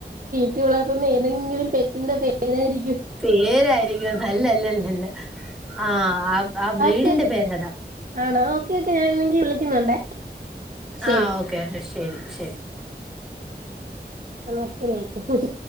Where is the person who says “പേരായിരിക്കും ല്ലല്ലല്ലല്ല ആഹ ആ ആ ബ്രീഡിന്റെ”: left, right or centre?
Centre